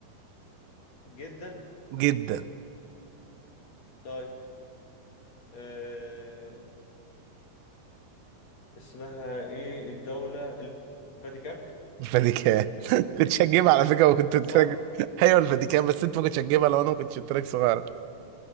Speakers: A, on the left; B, on the right.
A: جدا
B: جدا
A: طيب آه. اسمها ايه الدولة الفاتيكان
B: الفاتيكان <laughs> كنت هتجيبها على فكرة وكنت قلت
A: صح؟
B: لك ايوه الفاتيكان بس انت ما كنتش هتجيبها لو انا ما كنتش قلت لك صغيرة